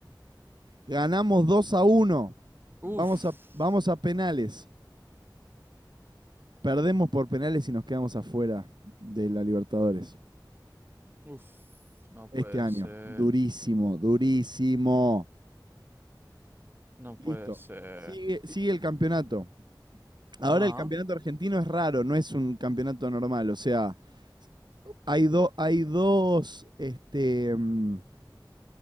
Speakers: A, on the right; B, on the right.
A: Ganamos 2 a 1.
B: Uf,
A: Vamos a, vamos a penales. Perdemos por penales y nos quedamos afuera de la Libertadores.
B: uf, no puede
A: Este año.
B: ser,
A: Durísimo, durísimo.
B: no
A: Listo.
B: puede ser.
A: Sigue, sigue
B: Y-
A: el campeonato. Ahora
B: ajá,
A: el campeonato argentino es raro, no es un campeonato normal. O sea, hay, do- hay dos este, mm,